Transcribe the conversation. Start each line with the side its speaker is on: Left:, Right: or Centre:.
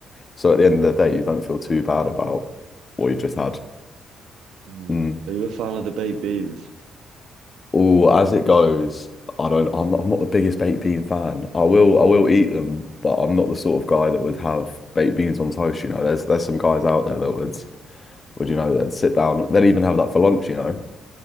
Left: So at the end of the day, you don't feel too bad about what you've just had.
Right: Hmm.
Left: Mm.
Right: Are you a fan of the baked beans?
Left: Oh, as it goes, I don't I'm not, I'm not the biggest baked bean fan. I will I will eat them, but I'm not the sort of guy that would have baked beans on toast, you know. There's there's some guys out there that would would you know, that sit down, they'd even have that for lunch, you know,